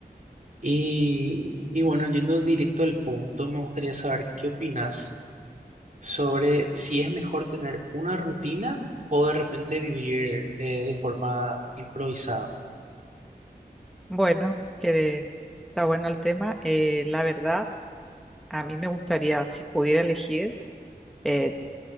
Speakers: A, on the right (about 50°); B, in the centre.
A: Y, y bueno, yendo directo al punto, me gustaría saber qué opinas sobre si es mejor tener una rutina o de repente vivir eh, de forma improvisada.
B: Bueno, que está bueno el tema. Eh, la verdad, a mí me gustaría, si pudiera elegir, eh,